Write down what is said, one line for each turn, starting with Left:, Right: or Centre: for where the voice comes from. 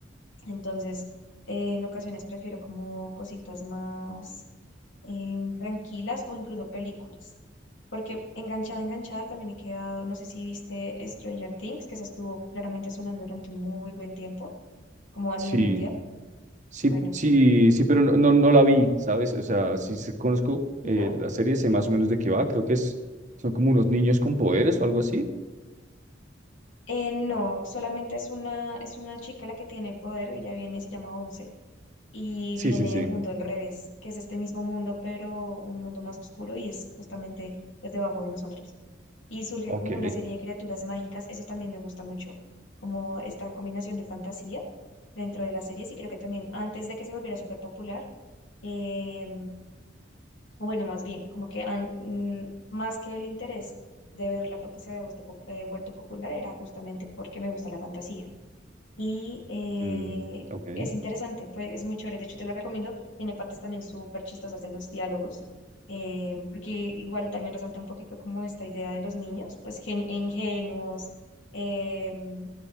Left: Entonces, eh, en ocasiones prefiero como cositas más em, tranquilas o incluso películas, porque enganchada, enganchada también he quedado, no sé si viste Stranger Things, que esa estuvo claramente sonando durante un muy buen tiempo, como a
Right: sí.
Left: nivel mundial.
Right: Sí,
Left: Bueno,
Right: sí, sí, pero no, no, no la vi, ¿sabes? O sea, sí se- conozco
Left: ¿no?
Right: eh, la serie, sé más o menos de qué va, creo que es, son como unos niños con poderes o algo así.
Left: Eh, no, solamente es una, es una chica la que tiene el poder, ella viene, se llama Once y
Right: Sí,
Left: viene
Right: sí, sí.
Left: el mundo al revés, que es este mismo mundo, pero un mundo más oscuro y es justamente pues debajo de nosotros. Y surge
Right: Ok.
Left: como una serie de criaturas mágicas, eso también me gusta mucho, como esta combinación de fantasía dentro de las series y creo que también antes de que se volviera súper popular, eh, o bueno, más bien, como que an- mm, más que el interés de verla porque se había vuesto pop- eh, vuelto popular era justamente porque me gusta la fantasía y eh,
Right: mm, ok,
Left: es interesante, pues es muy chévere, de hecho te lo recomiendo, tiene partes también súper chistosas de los diálogos, eh, porque igual también resalta un poquito como esta idea de los niños, pues gen- ingenuos, em,